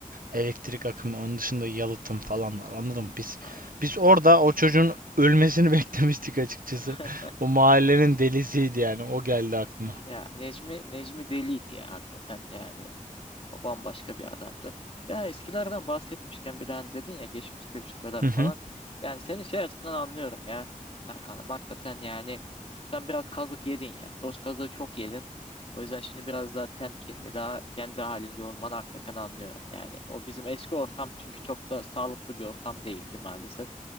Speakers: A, on the right; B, on the left.
A: Elektrik akımı, onun dışında yalıtım falan var. Anladın mı? Biz
B: Aynen.
A: biz orada o çocuğun ölmesini beklemiştik açıkçası.
B: <laughs>
A: <laughs> O mahallenin delisiydi yani. O geldi aklıma.
B: Ya Necmi Necmi deliydi ya hakikaten yani O bambaşka bir adamdı. Ya eskilerden bahsetmişken bir hani dedin ya geçmiş tecrübeler
A: Hı hı.
B: falan. Yani seni şey açısından anlıyorum ya Erkan'ım. Hakikaten yani sen biraz kazık yedin ya. Dost kazığı çok yedin. O yüzden şimdi biraz daha temkinli, daha kendi halinde olmanı hakikaten anlıyorum. Yani o bizim eski ortam çünkü çok da sağlıklı bir ortam değildi maalesef.